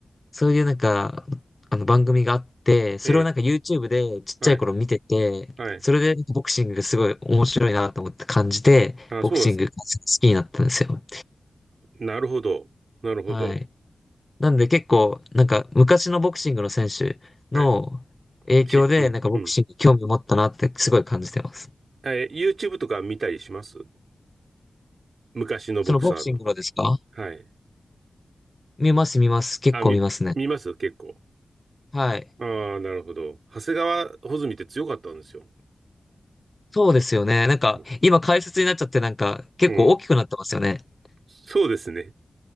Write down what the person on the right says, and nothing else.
ええ、
はい、はい。
ああ、
そうなんですなるほど。なるほど。
はい。し、うん、
うん。えー、YouTube とか見たりします昔のボクサーの。
はい。
あ、み、見ます結構。
ああ、なるほど。長谷川穂積って強かったんですよ。
うん。うんそうですね。